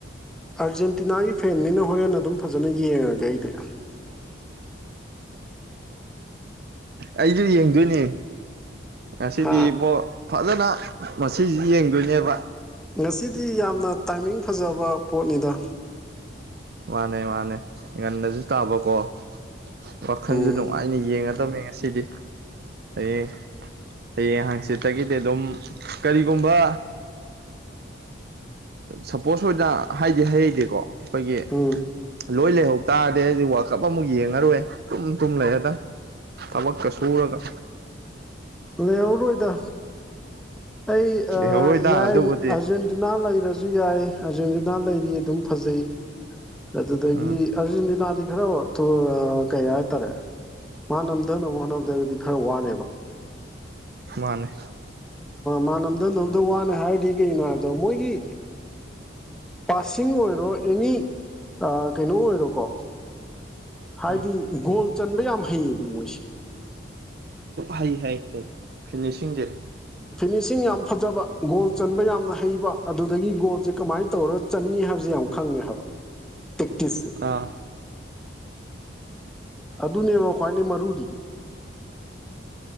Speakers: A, in the centre; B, on the right.
A: ꯑꯥꯔꯖꯦꯟꯇꯤꯅꯥꯒꯤ ꯐꯦꯟꯅꯤꯅ ꯍꯣꯔꯦꯟ ꯑꯗꯨꯝ ꯐꯖꯅ ꯌꯦꯡꯉꯒꯦ ꯑꯩꯗꯤ
B: ꯑꯩꯁꯨ ꯌꯦꯡꯗꯣꯏꯅꯦ ꯉꯁꯤꯗꯤꯣ
A: ꯍꯥ
B: ꯐꯖꯅ ꯃꯁꯤꯁꯤ ꯌꯦꯡꯗꯣꯏꯅꯦꯕ
A: ꯉꯁꯤꯗꯤ ꯌꯥꯝꯅ ꯇꯥꯏꯃꯤꯡ ꯐꯖꯕ ꯄꯣꯠꯅꯤꯗ
B: ꯃꯥꯅꯦ ꯃꯥꯅꯦ ꯉꯟꯅꯁꯨ ꯇꯥꯕꯀꯣ ꯋꯥꯈꯜꯁꯨ
A: ꯎꯝ
B: ꯅꯨꯡꯉꯥꯏꯅ ꯌꯦꯡꯉ ꯆꯃꯤ ꯉꯁꯤꯗꯤ ꯑꯦ ꯍꯌꯦꯡ ꯍꯥꯡꯆꯤꯠꯇꯒꯤꯗꯤ ꯑꯗꯨꯝ ꯀꯔꯤꯒꯨꯝꯕ ꯁꯄꯣꯁ ꯑꯣꯖꯥ ꯍꯥꯏꯗꯤ ꯍꯔꯩꯗꯤꯀꯣ ꯑꯩꯈꯣꯏꯒꯤ
A: ꯎꯝ
B: ꯂꯣꯏ ꯂꯩꯍꯧ ꯇꯥꯔꯗꯤ ꯑꯩ ꯋꯥꯜꯀꯞ ꯑꯃꯨꯛ ꯌꯦꯡꯉꯔꯨꯔꯦ ꯇꯨꯝ ꯇꯨꯝ ꯂꯩꯔꯦꯗꯪ ꯊꯕꯀ ꯁꯨꯔꯒ
A: ꯂꯩꯍꯧꯔꯣꯏꯗ ꯑꯩ ꯌꯥꯏ
B: ꯂꯩꯍꯧꯔꯣꯏꯗ
A: ꯑꯖꯤꯦꯟ
B: ꯑꯗꯨꯕꯨꯗꯤ
A: ꯑꯔꯖꯦꯟꯇꯤꯅꯥ ꯂꯩꯔꯁꯨ ꯌꯥꯏ ꯑꯥꯔꯖꯦꯟꯇꯤꯅꯥ ꯂꯩꯔꯤ ꯑꯗꯨꯝ ꯐꯖꯩ ꯑꯗꯨꯗꯒꯤ
B: ꯎꯝ
A: ꯑꯔꯖꯦꯟꯇꯤꯅꯥꯗꯤ ꯈꯔ ꯀꯩ ꯍꯥꯏꯇꯥꯔꯦ ꯃꯥ ꯅꯝꯊꯅꯕ ꯍꯣꯠꯅꯕꯗꯒꯗꯤ ꯈꯔ ꯋꯥꯅꯦꯕ
B: ꯃꯥꯟꯅꯦ
A: ꯃꯥꯅꯝꯗꯅꯕꯗ ꯋꯥꯅꯦ ꯍꯥꯏꯔꯗꯤ ꯀꯩꯒꯤꯅꯣ ꯍꯥꯏꯕꯗꯣ ꯃꯣꯏꯒꯤ ꯄꯥꯁꯤꯡ ꯑꯣꯏꯔꯣ ꯑꯦꯅꯤ ꯀꯩꯅꯣ ꯑꯣꯏꯔꯣꯀꯣ ꯍꯥꯏꯗꯤ
B: ꯎꯝ
A: ꯒꯣꯜ ꯆꯟꯕ ꯌꯥꯝ ꯍꯩꯌꯦꯕ ꯃꯣꯏꯁꯦ
B: ꯍꯩ ꯍꯩ ꯍꯩ ꯐꯤꯅꯤꯁꯤꯡꯁꯦ
A: ꯐꯤꯅꯤꯁꯤꯡ ꯌꯥꯝꯅ ꯐꯖꯕ ꯒꯣꯜ ꯆꯟꯕ ꯌꯥꯝꯅ ꯍꯩꯕ ꯑꯗꯨꯗꯒꯤ ꯒꯣꯜꯁꯦ ꯀꯃꯥꯏꯅ ꯇꯧꯔ ꯆꯟꯅꯤ ꯍꯥꯏꯕꯁꯦ ꯌꯥꯝ ꯈꯪꯉꯦ ꯍꯥꯏꯕ ꯄꯦꯛꯇꯤꯁꯁꯦ
B: ꯑꯥ
A: ꯑꯗꯨꯅꯦꯕ ꯈ꯭ꯋꯥꯏꯅꯦ ꯃꯔꯨꯗꯤ